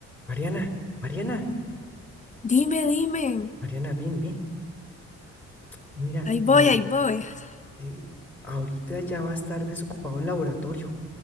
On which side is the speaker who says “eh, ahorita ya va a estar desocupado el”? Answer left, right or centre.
Centre